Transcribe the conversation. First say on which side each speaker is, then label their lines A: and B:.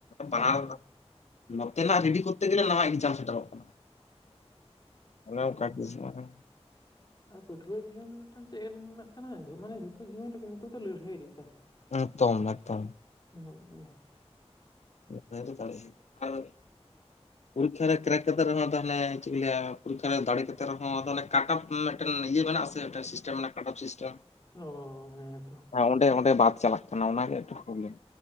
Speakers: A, on the left; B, on the left.
A: ᱵᱟᱱᱟᱨ
B: ᱦᱩᱸ
A: ᱱᱚᱛᱮᱱᱟᱜ ᱨᱮᱰᱤ ᱠᱚᱨᱛᱮ ᱜᱮᱞᱮ ᱱᱟᱣᱟ ᱮᱠᱡᱟᱢ ᱥᱮᱴᱮᱨᱚᱜ ᱠᱟᱱᱟ᱾ ᱚᱱᱮ ᱚᱱᱠᱟ ᱮᱠᱫᱚᱢ
B: ᱚᱻ ᱯᱟᱹᱴᱷᱩᱣᱟᱹ ᱡᱤᱭᱚᱱ ᱪᱮᱫ ᱨᱮᱱᱟᱜ ᱠᱟᱱᱟ ᱢᱟᱱᱮ ᱡᱚᱛᱚ ᱡᱤᱵᱚᱱ ᱨᱮᱜᱮ ᱱᱤᱛᱚᱜ ᱫᱚ ᱞᱟᱹᱲᱦᱟᱹᱭ ᱞᱮᱠᱟ,
A: ᱮᱠᱫᱚᱢ ᱮᱠᱫᱚᱢ
B: <unintelligible>
A: <inaudible> ᱯᱚᱨᱤᱠᱷᱟ ᱨᱮ ᱠᱨᱮᱠ ᱠᱟᱛᱮ ᱨᱮᱦᱚᱸ ᱛᱟᱦᱚᱞᱮ ᱪᱮᱫ ᱞᱟᱹᱭᱟ ᱯᱚᱨᱤᱠᱷᱟ ᱨᱮ ᱫᱟᱲᱮ ᱠᱟᱛᱮ ᱨᱮᱦᱚᱸ ᱛᱚ ᱚᱱᱮ ᱠᱟᱴᱟᱯ ᱢᱤᱫᱴᱮᱱ ᱤᱭᱟᱹ ᱢᱮᱱᱟᱜᱼᱟ ᱟᱥᱮ ᱥᱤᱥᱴᱮᱢ ᱢᱮᱱᱟᱜᱼᱟ ᱠᱟᱴᱟᱯ ᱥᱤᱥᱴᱮᱢ,
B: ᱚ ᱦᱮᱸᱛᱚ
A: ᱦᱮᱸ ᱚᱸᱰᱮ ᱚᱸᱰᱮ ᱵᱟᱫ ᱪᱟᱞᱟᱜ ᱠᱟᱱᱟ ᱚᱱᱟ ᱜᱮ ᱮᱠᱴᱩ ᱯᱨᱚᱵᱞᱮᱢ᱾